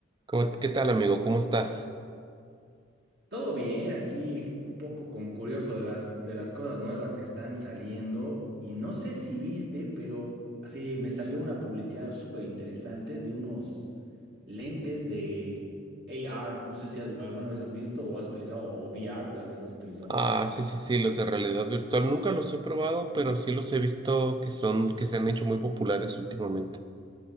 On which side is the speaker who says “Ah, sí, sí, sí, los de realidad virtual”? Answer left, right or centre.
Right